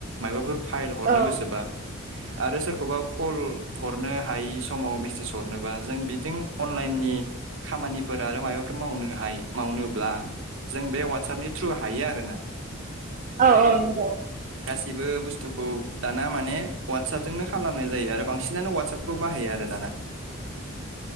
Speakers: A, on the right; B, on the right.
A: मायबाफोर फाइल हरनो
B: औ
A: गोसोबा आरो सोरखौबा कल हर हरनो हायि समाव मेसेज हरनोबा जों बिदि अनलाइननि खामानि फोरा आरो माबाफोर मावनो हायो मावनोब्ला जों बे वाटसापनि थ्रु हायो आरो
B: औ औ नंगौ
A: गासैबो बुस्थुखौ दाना माने वाटसापजोंनो खालामनाय जायो आरो बांसिनानो वाटसापखौ बाहायो आरो दाना